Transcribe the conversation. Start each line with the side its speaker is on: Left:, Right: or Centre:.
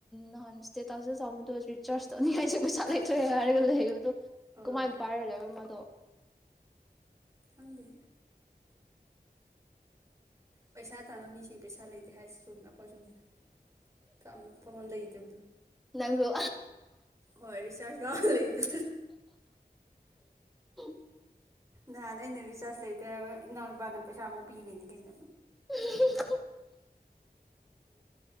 Centre: ꯅꯍꯥꯟ ꯁꯇꯦ ꯇꯁꯨ ꯇꯥꯕꯗꯣ ꯔꯤꯆꯥꯔꯖ ꯇꯧꯅꯤꯡꯉꯥꯏꯁꯨ ꯄꯩꯁꯥ ꯂꯩꯇ꯭ꯔꯦ ꯍꯥꯏꯔꯒ ꯂꯩ ꯑꯗꯣ
Right: ꯍꯣꯏ
Centre: ꯀꯃꯥꯏꯅ ꯄꯥꯏꯔ ꯂꯩꯦꯕ ꯃꯥꯗꯣ
Right: ꯑꯗꯗꯤ ꯄꯩꯁꯥ ꯇꯥꯥꯟꯕ ꯃꯤꯁꯤꯡ ꯄꯩꯁꯥ ꯂꯩꯇꯦ ꯍꯥꯏꯁꯤꯁꯨ ꯑꯩꯈꯣꯏꯁꯨꯅꯤ ꯀ ꯀꯃꯜꯗ ꯑꯕꯗꯨꯣ
Centre: ꯅꯪꯁꯨ
Right: ꯍꯣꯏꯔꯤꯁꯔ ꯀ ꯂꯩꯗ
Centre: ꯎꯝ
Right: ꯅꯍꯥꯟ ꯑꯩꯅ ꯔꯤꯆꯥꯔꯖ ꯂꯩꯇ ꯏꯎꯄꯥꯅ ꯄꯩꯁꯥꯕꯨꯥꯎ ꯄꯤꯔꯤꯅꯦ ꯀꯩꯅꯣ
Centre: <unintelligible>